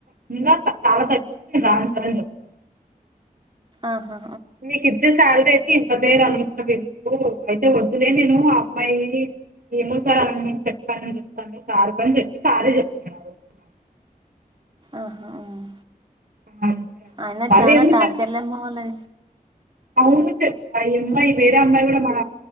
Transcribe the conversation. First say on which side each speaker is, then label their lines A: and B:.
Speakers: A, on the right (about 65°); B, on the right (about 30°).
A: <unintelligible> చాలా తగ్గిస్తే నిను రాను సార్ అని చెప్తా
B: ఆహా
A: మీకు ఇచ్చె శాలరీ ఇంత పేరు <unintelligible> అయితే వద్దులే నేను ఆ అమ్మాయి ఏమో సారు అలా నిను చెప్పనాని చెప్పండి సార్ తో అని చెప్పి సారే చెప్పినాడు ఆరోజు ఇంకా
B: ఆహా మ్మ్
A: ఆ, అంతే అక్క.
B: అయిన
A: మళ్ళీ
B: చానా
A: ఎందుకంటే
B: టార్చర్ లే అమ్మ వాళ్ళది
A: అవును చెప్ప ఈ అమ్మాయి వేరే అమ్మాయి కూడా మన